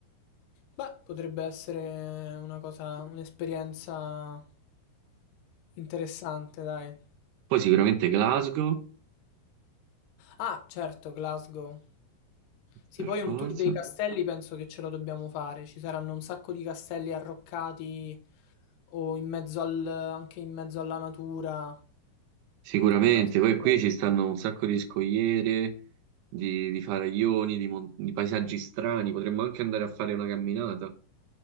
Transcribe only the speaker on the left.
Beh, potrebbe essere una cosa, un'esperienza interessante, dai.
Ah, certo, Glasgow. Sì,
poi
un tour dei castelli penso che ce lo dobbiamo fare. Ci saranno un sacco di castelli arroccati o in mezzo al, anche in mezzo alla natura.
Vediamo se
lo trovo.